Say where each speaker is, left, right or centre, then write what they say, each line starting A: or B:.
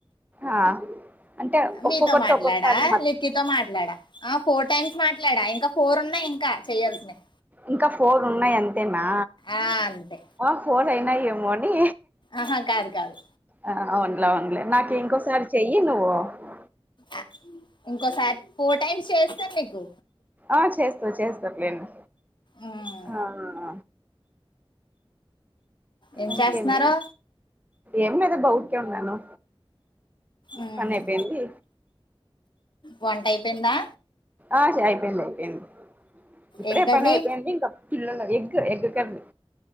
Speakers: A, on the right; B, on the left.
A: ఆ అంటే
B: మీతో
A: ఒక్కొక్కరితో
B: మాట్లాడా
A: ఒక్కొక్కసారి మాట్
B: లిక్కితో మాట్లాడా ఆ ఫోర్ టైమ్స్ మాట్లాడా ఇంకా ఫోరున్నాయి ఇంకా చేయాల్సినవి
A: ఇంకా ఫోర్ ఉన్నాయా అన్ తేనా
B: ఆ అంతే
A: ఆ ఫోర్ అయినాయి ఏమోని
B: ఆహా కాదు కాదు
A: ఆ అవున్లే అవున్లే నాకు ఇంకోసారి చెయ్యి నువ్వు వ <unintelligible>
B: ఆ ఇంకోసారి ఫోర్ టైమ్స్ చేస్తే నీకు
A: ఆ చేస్తా చేస్తా లేండి
B: ఉమ్
A: అహ్
B: ఏం
A: ఇంకేమీ
B: చేస్తున్నారు
A: ఏం లేదు అబ్బా ఊరికే ఉన్నాను
B: ఉమ్
A: పని అయిపోయింది
B: వంట అయిపోయిందా
A: ఆ అయిపోయింది అయిపోయింది ఇప్పుడే
B: ఏం కర్రీ
A: పనియిపోయింది ఇంకా పిల్లకి ఎగ్ ఎగ్ కర్రీ.